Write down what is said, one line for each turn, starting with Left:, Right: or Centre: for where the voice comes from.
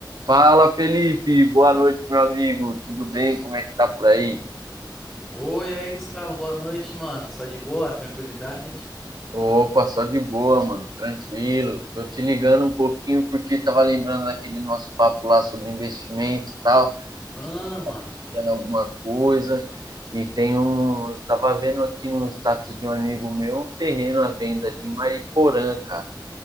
Right: Fala, Felipe. Boa noite, meu amigo. Tudo bem? Como é que tá por aí?
Left: Oi, aí, Gustavo, boa noite, mano. Só de boa? Tranquilidade?
Right: Opa, só de boa, mano. Tranquilo. Tô te ligando um pouquinho porque tava lembrando daquele nosso papo lá sobre investimento e tal.
Left: Ah,
Right: Você
Left: mano.
Right: procurando alguma coisa. E tem um. Eu tava vendo aqui no status de um amigo meu um terreno à venda ali em Mariporã, cara.